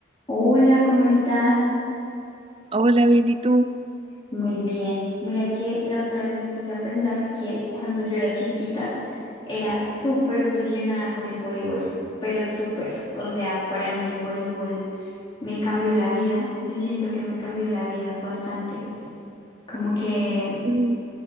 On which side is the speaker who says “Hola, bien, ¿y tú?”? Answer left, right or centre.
Right